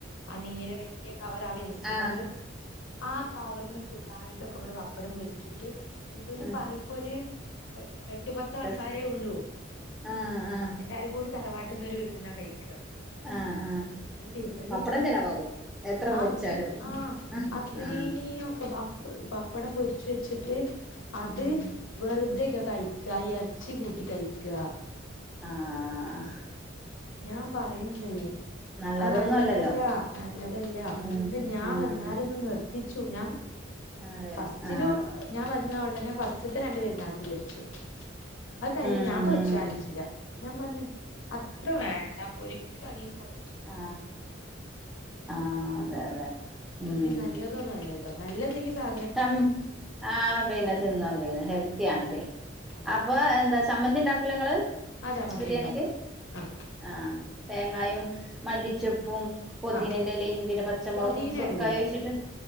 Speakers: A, on the left (about 75°); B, in the centre.
A: ആഹ് നീലെ വെല്യാ കവറ് ആ വേസ്റ്റ്കവറ്
B: ആഹ്
A: ആഹ് കവറിന് ഫുള്ളായിട്ട് തൊക്കെ ഇവിടെ പപ്പടം പൊരിച്ചിട്ട് ഇവല്
B: ആഹ്
A: പറയുമ്പോര് എട്ട് പത്താൾക്കാരേ
B: രസം
A: ഒള്ളൂ
B: ആഹ് ആഹ്
A: എല്ലാരും കൂടി തറവാട്ടിന്നൊരു വീ ഇവുടുന്നാകൈക്ക
B: ആഹ് ആഹ്
A: എന്നിട്ടിവല്
B: പപ്പടം ചെലവാകും എത്ര പൊരിച്ചാലും
A: ആത്രി ആഹ്
B: ആ
A: ആത്രീയൊക്കെ
B: ആ
A: പപ്പടം പൊരിച്ചിവെച്ചിട്ട് അത്
B: ഉം
A: വെറുതെക്കെ കയി ക്ക വിചാരിച്ചി കൂട്ടി കയ്ക്കാ
B: ആഹ് ആഹ്
A: ഞാൻ പറയും ചെയ്യും
B: നല്ലതൊന്നും
A: ആഹ് നല്ലതല്ലാ
B: അല്ലല്ലോ
A: നല്ലതല്ലാ
B: ഉം
A: ഏഹ് ഞാൻ
B: ഉം
A: വന്നാലൊന്നും നിർ ത്തിച്ചു ഞാൻ
B: അതെ
A: ഫസ്റ്റിലു
B: ആ
A: ഞാൻ വരുന്ന ഒടനെ ഫസ്റ്റത്തെ രണ്ടു പെരുന്നാക്ക് പൊരിച്ചു അത് കഴിഞ്ഞ്
B: ഉം
A: ഞാൻ പൊരിച്ച് കാണിച്ചില്ലാ ഞാൻ പറഞ്ഞേ അത്ര വേണ്ടാ പൊരിക്കുയാണെ കൊറച്
B: ആഹ് ആഹ് അതെ അതെ ഉം
A: വല്യാ നല്ലതൊന്നു അല്ലല്ലോ നല്ലെന്നെങ്കി സാ
B: സം ആഹ് പിന്നെ തിന്നോക്കയില്ലേ ഹെൽത്തിയാണെങ്കില്
A: അതന്നെ
B: അപ്പൊ എന്താ ചമ്മന്തി ഇണ്ടാക്കൂലങ്ങള്
A: ആ ചമ്മന്തി
B: ബിരിയാണിക്ക്
A: ഉണ്ടാക്കും ആ
B: ആഹ് തേങ്ങായും മല്ലിച്ചെപ്പും പൊദീനേടെലയും
A: ആ
B: പിന്നെ പച്ചമുളകും
A: പൊതീന
B: സുറുക്കായും
A: ഇടൂല
B: ഒഴിച്ചിട്ട്